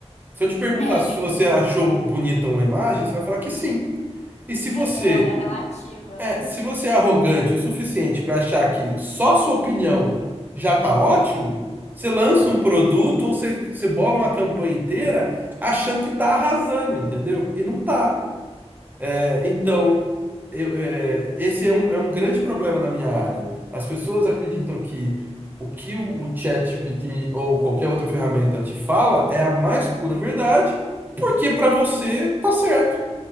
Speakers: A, on the right (about 15°); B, on the left (about 80°).
A: Se eu te perguntar
B: É,
A: se você achou bonita uma imagem, você vai falar que sim. E se você
B: é que é rel- é relativo,
A: é,
B: né?
A: se você é arrogante o suficiente para achar que só sua opinião já está ótimo, você lança um produto ou você, você bola uma campanha inteira achando que está arrasando, entendeu? E não tá. É, então, eu- é, esse é um, é um grande problema na minha área. As pessoas acreditam que o que o, o ChatGPT ou qualquer outra ferramenta te fala é a mais pura verdade, porque para você tá certo.